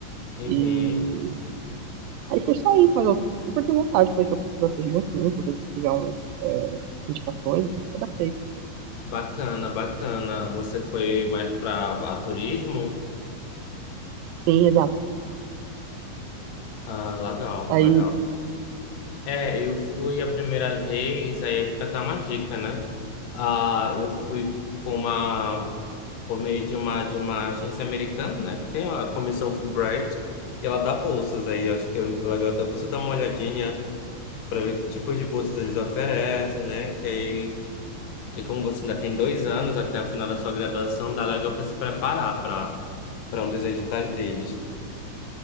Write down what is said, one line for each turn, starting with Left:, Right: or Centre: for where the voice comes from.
Left: Uhum.
Right: E. Aí foi só isso, mas eu super tenho vontade de conhecer outras regiões, sim, se você tiver um, é, indicações, eu abracei.
Left: Bacana, bacana. Você foi mais para turismo?
Right: Sim, exato.
Left: Ah, legal,
Right: Aí.
Left: legal. É, eu fui a primeira vez, aí fica até uma dica, né? Ah, eu fui para uma por meio de uma, de uma agência americana, né, que tem a comissão Fulbright, e ela dá bolsas aí. Eu acho que é legal até você dar uma olhadinha para ver que tipos de bolsas eles oferecem, né, que aí, que como você ainda tem dois anos até o final da sua graduação, dá legal para se preparar para para um dos editais deles.